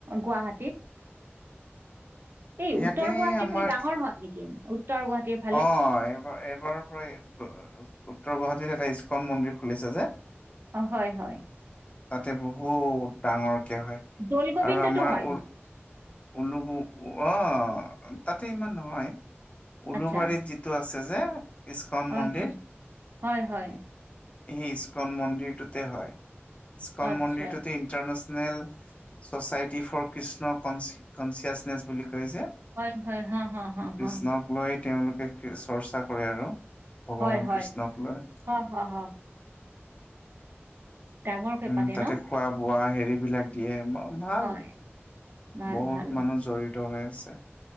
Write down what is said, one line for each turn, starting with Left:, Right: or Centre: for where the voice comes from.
Right: গুৱাহাটীত?
Left: <inaudible>
Right: এই
Left: ইয়াতে
Right: উত্তৰ গুৱাহাটীৰ
Left: আমাৰ
Right: ফালে ডাঙৰ হয় নেকি? উত্তৰ গুৱাহাটীত
Left: অ', এইবাৰ-এইবাৰৰ পৰাই উত্তৰ গুৱাহাটীত এটা ইস্কন মন্দিৰ খুলিছে যে।
Right: অ', হয় হয়।
Left: তাতে বহুত ডাঙৰকে হয় আৰু
Right: দৌল গোবিন্দতো
Left: আমাৰ
Right: হয়
Left: উৰ
Right: নেকি
Left: <unintelligible> অ', তাতে ইমান নহয়, উলুবাৰীত
Right: আচ্ছা
Left: যিটো আছে যে ইস্কন
Right: হয়
Left: মন্দিৰ
Right: হয়, হয় হয়।
Left: সেই ইস্কন মন্দিৰটোতে হয়, ইস্কন
Right: আচ্ছা
Left: মন্দিৰটোতো international society for Krishna consciousness বুলি কয় যে
Right: হয় হয় হা হা হা হা
Left: কৃষ্ণক লৈ তেওঁলোকে চৰ্চা কৰে আৰু। ভগৱান
Right: হয় হয়
Left: কৃষ্ণক লৈ।
Right: হ হ হ ডাঙৰকে
Left: উম,
Right: পাতে
Left: তাতে
Right: ন?
Left: খোৱা হেৰিবিলাক দিয়ে ভাল।
Right: হয় ভাল
Left: বহুত
Right: ভাল
Left: মানুহ জড়িত হৈ আছে।